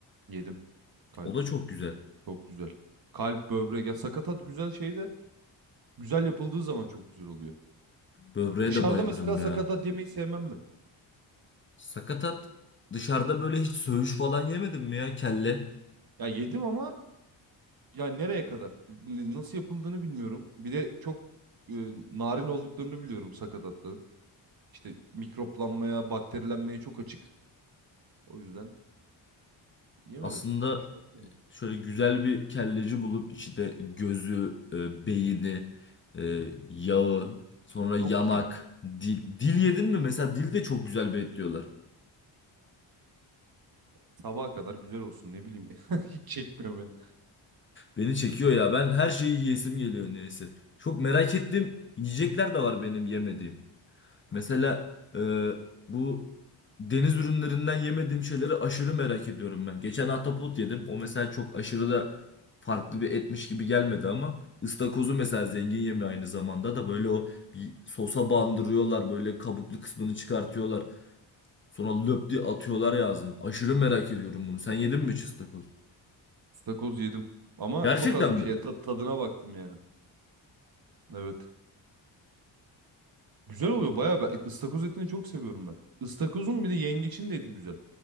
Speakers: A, on the right; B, on the left.
A: Yedim. Kalp
B: O da çok güzel.
A: çok güzel. Kalp, böbrek ya sakatat güzel şey de Güzel yapıldığı zaman çok güzel oluyor.
B: Böbreğe
A: Dışarıda
B: de bayılırım
A: mesela sakatat
B: ya.
A: yemeyi sevmem ben.
B: Sakatat dışarıda böyle hiç söğüş falan yemedim mi ya kelle?
A: Ya yedim ama ya nereye kadar? N- Nasıl yapıldığını bilmiyorum. Bir de çok e, narin olduklarını biliyorum sakatatların. İşte mikroplanmaya, bakterilenmeye çok açık. O yüzden yemedim.
B: Aslında
A: Hoşuma gitmedi.
B: e, şöyle güzel bir kelleci bulup içinde gözü, e, beyni, e, yağı, sonra yanak,
A: Yok ya.
B: dil. Dil yedin mi? Mesela dil de çok güzel bir et diyorlar.
A: Sabaha kadar güzel olsun ne bileyim. <laughs> Hiç çekmiyor beni.
B: Beni çekiyor ya. Ben her şeyi yiyesim geliyor neyse. Çok merak ettiğim yiyecekler de var benim yemediğim. Mesela e, bu deniz ürünlerinden yemediğim şeyleri aşırı merak ediyorum ben. Geçen ahtapot yedim. O mesela çok aşırı da farklı bir etmiş gibi gelmedi ama ıstakozu mesela zengin yemeği aynı zamanda da böyle o bir sosa bandırıyorlar böyle kabuklu kısmını çıkartıyorlar. Sonra löp diye atıyorlar ya ağzına. Aşırı merak ediyorum bunu. Sen yedin mi hiç ıstakoz?
A: Stakoz yedim. Ama
B: Gerçekten
A: çok az bir
B: mi?
A: şeye ta- tadına baktım yani. Evet. Güzel oluyor bayağı. Ben e, ıstakoz etini çok seviyorum ben. Istakozun bir de yengeçin de eti güzel.